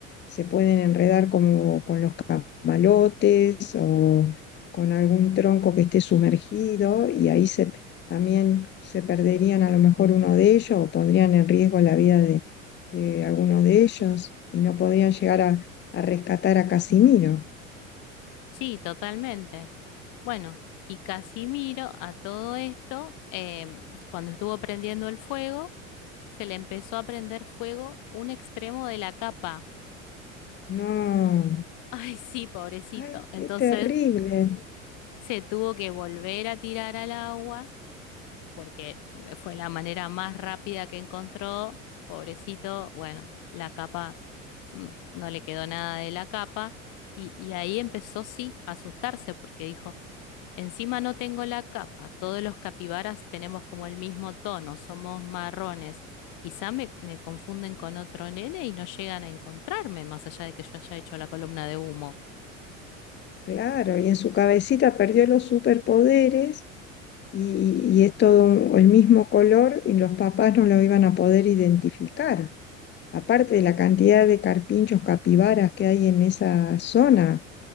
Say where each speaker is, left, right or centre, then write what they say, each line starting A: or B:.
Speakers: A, on the left; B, on the left.
A: se pueden enredar como con los camalotes o con algún tronco que esté sumergido y ahí se, también se perderían a lo mejor uno de ellos o pondrían en riesgo la vida de, de alguno de ellos y no podrían llegar a, a rescatar a Casimiro.
B: Sí, totalmente. Bueno, y Casimiro a todo esto, em, cuando estuvo prendiendo el fuego, se le empezó a prender fuego un extremo de la capa.
A: No.
B: <laughs> Ay, sí, pobrecito.
A: Ay,
B: Entonces
A: qué terrible.
B: se tuvo que volver a tirar al agua porque fue la manera más rápida que encontró. Pobrecito, bueno, la capa, mm, no le quedó nada de la capa. Y, y ahí empezó, sí, a asustarse porque dijo... Encima no tengo la capa. Todos los capibaras tenemos como el mismo tono, somos marrones. Quizá me, me confunden con otro nene y no llegan a encontrarme, más allá de que yo haya hecho la columna de humo.
A: Claro, y en su cabecita perdió los superpoderes y, y es todo un- el mismo color y los papás no lo iban a poder identificar. Aparte de la cantidad de carpinchos capibaras que hay en esa zona,